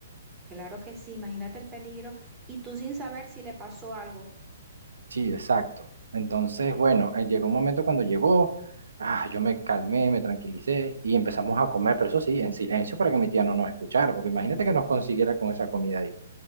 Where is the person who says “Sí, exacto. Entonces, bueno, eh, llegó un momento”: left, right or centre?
Right